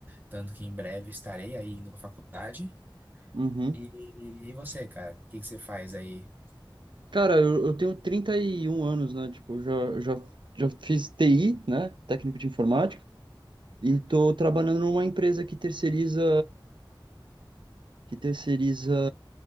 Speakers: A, on the right; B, on the right.
A: tanto que em breve estarei aí indo para faculdade.
B: Uhum.
A: E, e você, cara, o que que você faz aí?
B: Cara, eu, eu tenho 31 anos, né? Tipo, eu já, já, já fiz TI, né? Técnico de informática. E tô trabalhando numa empresa que terceiriza. Que terceiriza.